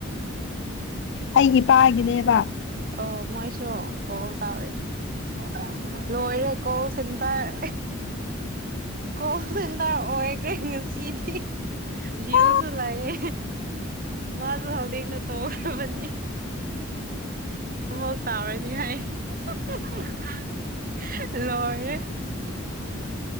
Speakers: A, on the left; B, on the right.
A: ꯑꯩꯒꯤ ꯄꯥꯒꯤꯅꯦꯕ
B: ꯑꯣ ꯃꯣꯏꯁꯨ ꯀꯣꯜ ꯇꯧꯔꯤ <unintelligible> ꯂꯣꯏꯔꯦ ꯀꯣꯜ ꯁꯦꯟꯇꯔ ꯀꯣꯜ ꯁꯦꯟꯇꯔ ꯑꯣꯏꯈ꯭ꯔꯦ ꯉꯁꯤꯗꯤ ꯂꯤꯌꯨꯁꯨ
A: ꯑ
B: ꯂꯥꯛꯑꯦ ꯃꯥꯁꯨ ꯍꯧꯖꯤꯛꯅ ꯇꯧꯈ꯭ꯔꯕꯅꯤ ꯑꯃꯨꯛ ꯇꯧꯔꯅꯤ ꯍꯥꯏ <unintelligible> ꯂꯣꯏꯔꯦ